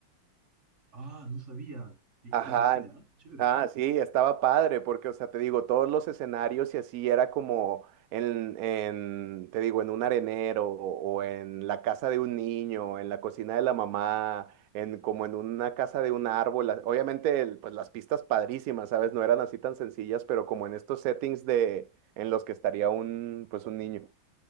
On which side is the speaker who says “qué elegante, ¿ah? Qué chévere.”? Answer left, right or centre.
Right